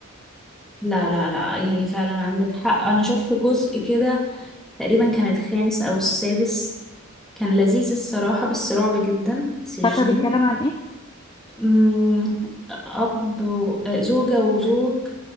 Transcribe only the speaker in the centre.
لا لا لا يعني فعلا عندك حق انا شفت جزء كده تقريبا كان الخامس او السادس كان لذيذ الصراحة بس رعب جدا سجين
أمم، أب و... آه، زوجة وزوج